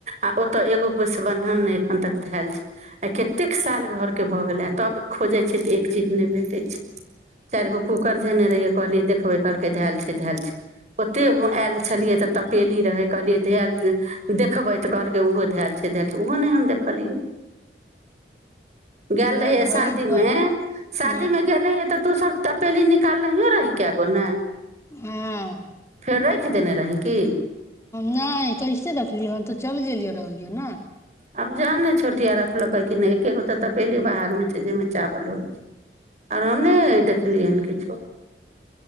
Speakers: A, on the right; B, on the left.
A: आ ओतय एगो <unintelligible> बन्धन नहि एखन तक धयल छैय आ कतेक साल घरके भऽ गेलै तब खोजैत छैैय तऽ एक चीज नहि भेटैत छैय चारि गो कूकर धेने रहियै कहलिय देखबय कहलकै धैल छै‌य धैल छैय ओते आयल चलिये त तपेली रहै कहलियै धैल देखबै तऽ कहलकै ओहो धैल छैय धैल छैय ओहो नहि हम देखलियै गेल
B: ह
A: रहिये
B: घरे
A: शादी
B: दुआर
A: में शादी
B: ह
A: में गेल रहिे तऽ तू सब तपेली निकालो रहि कैगो ने
B: हँ
A: फेर रखि देने रहि की
B: नहि कैसे रखलियै हन तऽ चलि गेलियै रहलियै ने
A: आब जाने छोटिया रखलकै की नहि एकेगो त तपेली बाहर मे छैय जाहिमे चावल होइ छैय आ हम नहि देखलिय हन किछो